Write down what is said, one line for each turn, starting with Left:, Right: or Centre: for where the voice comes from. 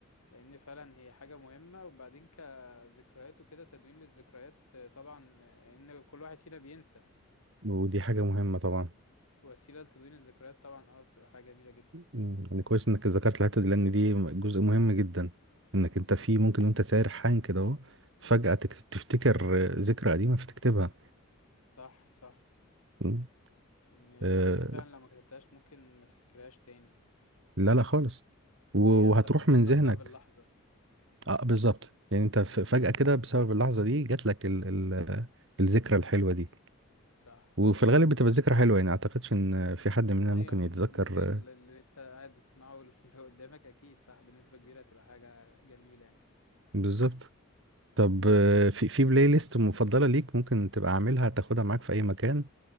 Left: لأن فعلا هي حاجة مهمة وبعدين كذكريات وكده تدوين للذكريات آه، طبعا آه، إن كل واحد فينا بينسى
Right: ودي حاجة مهمة طبعا
Left: فوسيلة لتدوين الذكريات طبعا اه بتبقى حاجة جميلة جدا
Right: مم، يعني كويس انك ذكرت الحتة دي لان دي جزء مهم جدا انك انت في ممكن وانت سارحان كده اهو فجأة تك- تفتكر آه، ذكرى قديمة فتكتبها
Left: صح صح
Right: مم.
Left: إن الحاجات
Right: آه،
Left: دي فعلا لو ما كتبتهاش ممكن ما تفتكرهاش تاني
Right: لا لا خالص و-
Left: هي انت
Right: وهتروح
Left: افتكرتها
Right: من ذهنك
Left: بسبب اللحظة
Right: اه بالظبط يعني انت ف- فجأة كده بسبب اللحظة دي جات لك ال ال الذكرى الحلوة دي
Left: صح صح
Right: وفي الغالب بتبقى ذكرى حلوة يعني اعتقدش ان في حد مننا
Left: ايوه
Right: ممكن يتذكر
Left: بالنسبة للي
Right: آه،
Left: انت قاعد بتسمعه <laughs> واللي قدامك اكيد صح بنسبة كبيرة هتبقى حاجة جميلة يعني
Right: بالظبط طب آه، في في بلاي ليست مفضلة ليك ممكن تبقى عاملها تاخدها معاك في اي مكان